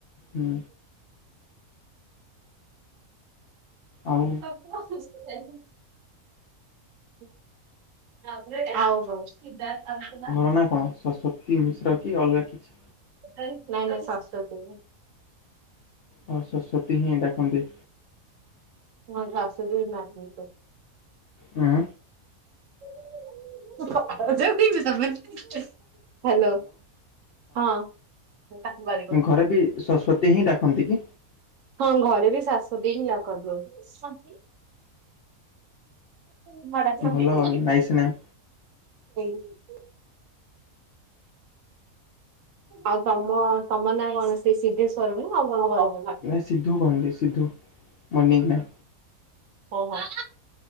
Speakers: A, on the left; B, on the right.
A: ହୁଁ। ଆଉ
B: <inaudible> <unintelligible>
A: <unintelligible> କି ମିଶ୍ର କି ଅଲଗା କିଛି।
B: ନାଇଁ ନାଇଁ ଶାଶୁ ଦେବେ।
A: ହଁ ସରସ୍ୱତୀ ହିଁ ଦେଖନ୍ତି।
B: ହଁ ଘାସ ଯୋଉ
A: ହଁ।
B: <unintelligible> ହ୍ୟାଲୋ ହଁ। ତାକୁୁ <inaudible>
A: ଘରେ ବି ସରସ୍ଵତୀ ହିଁ ଡାକନ୍ତି କି?
B: ହଁ ଘରେ ବି ଶାଶ ବି ହିଆ କରିଦଉ <inaudible> ହ ମା ହଁ
A: ଭଲ ନାଇସ୍ ନେମ୍
B: <unintelligible> ଆଉ ତମ ତମ ନାଁ କଣ ସେ ସିଦ୍ଧେଶ୍ଵର ନା ଆଉ କଣ କ?
A: ନାଇଁ ସିଧୁ କୁହନ୍ତି ସିଧୁ ୟୁନିକ ନା।
B: ଓହୋ।